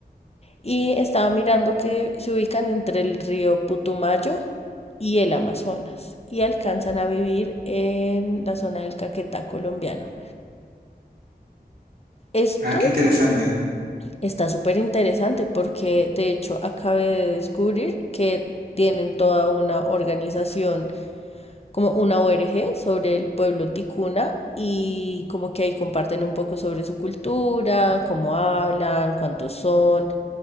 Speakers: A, on the left; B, on the right.
A: Y estaba mirando que se ubican entre el río Putumayo y el Amazonas y alcanzan a vivir en la zona del Caquetá colombiano. Esto
B: Ah, qué interesante.
A: Está súper interesante porque de hecho acabé de descubrir que tienen toda una organización, como una ONG sobre el pueblo ticuna y como que ahí comparten un poco sobre su cultura, cómo hablan, cuántos son,